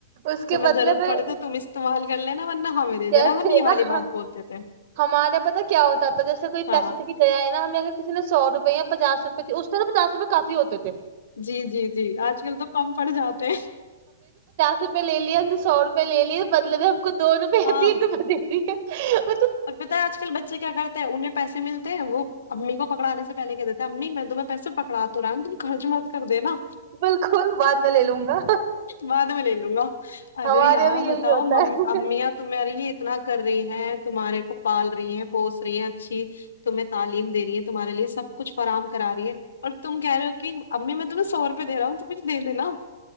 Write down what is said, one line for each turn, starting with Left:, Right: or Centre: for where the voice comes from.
Right: اس کے
Left: تمہیں
Right: بدلے
Left: ضرورت
Right: میں
Left: پڑے تو تم استعمال گل ہے ورہ ہمیں دے
Right: جیسے
Left: دینا ہم یہ والی
Right: ہاں
Left: بات بولتے تھے
Right: ہمارے پتہ کیا ہوتا تھا جیسے کوئی
Left: ہاں
Right: پیسے دے کے گیا ہے نا ہمیں اگر کسی نے سو روپیا پچس روپئے اس سے تو پچ رپ کافی ہو چچچ
Left: جی جی جی آج کل تو کم پڑ جاتے ہیں
Right: روپئےے لیا سو روپئے ل لیے بدلب میں ہم کو دو پ
Left: ہاں
Right: ت ادم دے دی ہے ہ
Left: اور پتا آج کل بچے کیا کرتے ہیں انہیں پیسے ملتے ہیں وہ امی کو پکڑے سے پہے کہ دیتے ہیں امی میں دم میں پسے پکڑاتا توورن تم خرچ مت کر دینا
Right: بالکل بعد میں لے لوں گا
Left: بعد میں لے لوں گا ارے
Right: ہمارے
Left: یار
Right: یہاں بھی یہی
Left: بتاؤ
Right: ہوتا ہے
Left: امییاں تمہارے لیے کتنا کر رہی ہیں تمہارے کو پال رہی ہیں پوس رہی ہیں اچھی تمہیں تعلیم دے رہی ہے تمہارے لیے سب کچھ فراہم کرا رہی ہے اور تم کہہ رہے ہو کہ امی میں تم سوپ دےا ہوں تو مھے دینا <inaudible>